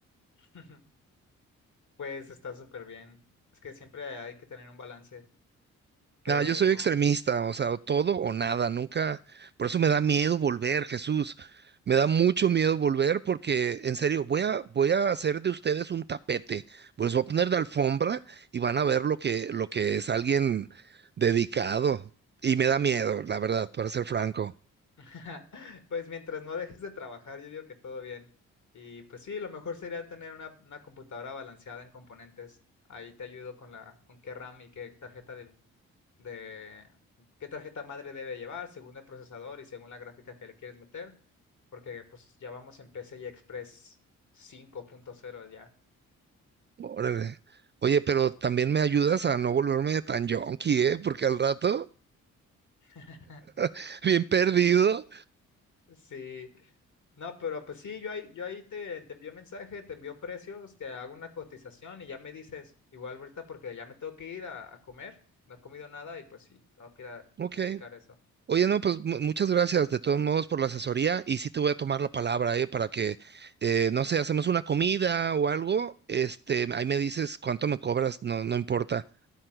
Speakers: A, on the left; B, on the right.
A: <laughs> Pues está súper bien. Es que siempre hay que tener un balance, pero
B: No, yo soy extremista, o sea, o todo o nada, nunca, por eso me da miedo volver, Jesús, me da mucho miedo volver porque, en serio, voy a, voy a hacer de ustedes un tapete, pues voy a poner de alfombra y van a ver lo que, lo que es alguien dedicado, y me da miedo, la verdad, para ser franco,
A: <laughs> Pues mientras no dejes de trabajar, yo digo que todo bien. Y pues sí, lo mejor sería tener una, una computadora balanceada en componentes. Ahí te ayudo con la, con qué RAM y qué tarjeta de, de- qué tarjeta madre debe llevar, según el procesador y según la gráfica que le quieres meter, porque pues ya vamos en PCI Express cinco punto cero ya.
B: órale. Oye, pero también me ayudas a no volverme tan yonki, ¿eh? Porque al rato,
A: <laughs>
B: <laughs> bien perdido.
A: Sí, No, pero pues sí, yo ahí, yo ahí te, te envío mensaje, te envío precios, te hago una cotización y ya me dices, igual ahorita porque ya me tengo que ir a, a comer, no he comido nada y pues sí, tengo que ir a,
B: Ok.
A: a checar eso.
B: Oye, no, pues mu- muchas gracias de todos modos por la asesoría y sí te voy a tomar la palabra, eh, para que, eh, no sé, hacemos una comida o algo, este, ahí me dices cuánto me cobras, no, no importa.